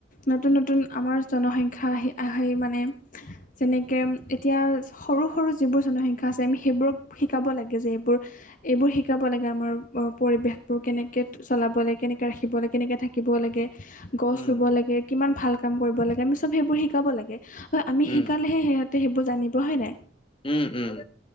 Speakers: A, on the left; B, on the left.
A: নতুন নতুন আমাৰ জনসংখ্যা আহি আহে মানে যেনেকে এতিয়া সৰু সৰু যিবোৰ জনসংখ্যা আছে আমি সেইবোৰক শিকাব লাগে যে এইবোৰ এইবোৰ শিকাব লাগে আমাৰ পৰিৱেশবোৰ কেনেকে চলাব লাগে কেনেকে ৰাখিব লাগে কেনেকে থাকিব লাগে গছ
B: উম,
A: ৰুব লাগে। কিমান ভাল কাম কৰিব লাগে আমি চব সেইবোৰ শিকাব লাগে হয় আমি
B: উম,
A: শিকালেহে সিহঁত তে সেইবোৰ জানিব হয় নাই।
B: উম, উম,